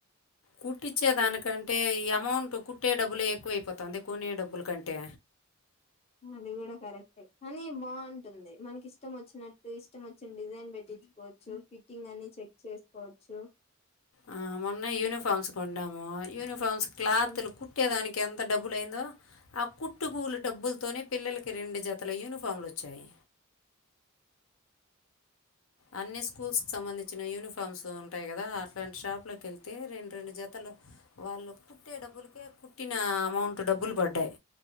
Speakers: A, on the left (about 80°); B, on the left (about 30°).
A: కుట్టించేదానికంటే ఈ అమౌంట్ టు కుట్టే డబ్బులే ఎక్కువైపోతంది కొనే డబ్బుల్ కంటే
B: అది గుడా కరెక్టే కాని బాగుంటుంది. మనక్ ఇష్టం వచ్చినట్టు ఇష్టం వచ్చిన డిజైన్ పెట్టి పెట్టిచ్చుకోవచ్చు. ఫిట్టింగ్ అని చెక్ చేస్కోవచ్చు.
A: ఆ మొన్న యూనిఫార్మ్స్ కొన్నాము. యూనిఫామ్స్ క్లాత్లు
B: ఉమ్
A: కుట్టేదానిక్ ఎంత డబ్బులైందో ఆ కుట్టు కూలి డబ్బుల్తోనే పిల్లల్కి రెండు జతల యూనిఫామ్లు వచ్చాయి. అన్ని స్కూల్స్క్ సంబంధించిన యూనిఫార్మ్స్ ఉంటాయి కదా అట్లాంటి షాప్లోకెళ్తే రెండు రెండు జ తలు వాళ్ళు కుట్టే డబ్బుల్కే కుట్టిన అమౌంట్ డబ్బులు పడ్డాయి.